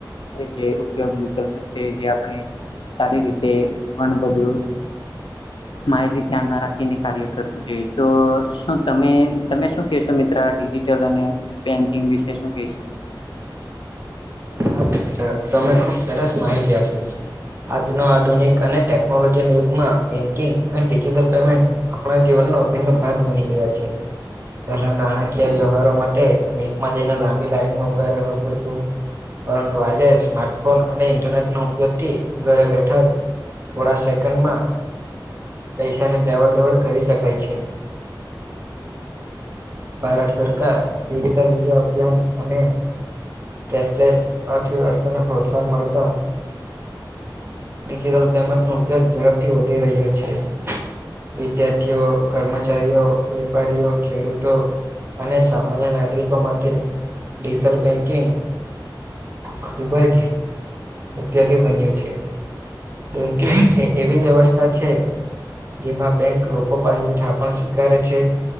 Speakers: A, on the left; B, on the right.
A: જે ઉપયોગ વિકલ્પ છે જે આપણે સારી રીતે વન બધું માહિતી ધ્યાનમાં રાખીને કાર્ય કરવું જોઈએ તો શું તમે તમે શું કેશો મિત્ર આ ડિજિટલ અને બેંકિંગ વિશે શું કશું
B: હા મિત્ર તમે ખુબ સરસ માહિતી આપી આજના આધુનિક અને ટેકનોલોજી યુગમાં બેન્કિંગ અને ડિજટલ પેમેન્ટ આપણા જીવનનો અભિન્ન ભાગ બની ગયા છે નાણાકીય વ્યવહારોમાં બેંકમાં જઈને લાંબી લાઈન માં ઉભા રહે પૂડતું પરંતુ આજે સ્માર્ટફોન અને ઇન્ટરનેટ ન ઉપયોગ થી ઘરે બેઠા થોડા સેકન્ડ માં પૈસા ની દવડ દેવડ કરી શકાય છે ભારત સરકાર ડિજિટલ ઇન્ડિયા અભિયાન અને કેશલેસ અર્થવ્યવસ્થાને પ્રોત્સાહન મળતા ડિજિટલ પેમેન્ટ નો ઉપયોગ ઝડપથી વધી રહ્યો છે વિદ્યાર્થીઓ કર્મચારીઓ વેપારીઓ ખેડૂતો અને સામાન્ય નાગરિકો માટે ડિજટલ બેંકિંગ ખુબ જ ઉપયોગી બન્યું છે બોમકે એવી વ્યવસ્થા છે જેમાં બેંક લોકો પાસેથી થાપણ સ્વીકારે છે